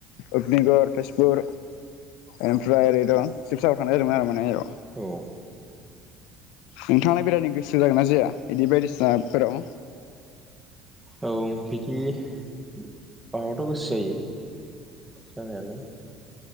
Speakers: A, on the left; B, in the centre.
A: अग्निगर तेजपुर ओमफ्राय ओरै दं शिबसागर थांनाय जादोंमोन आरो माने <unintelligible>
B: औ
A: नोंथाङालाय बेरायनो गोसो जागोन ना जाया इदि बायदिसिनाफोराव
B: औ बिदि माबाथ' गोसो जायो जानायालाय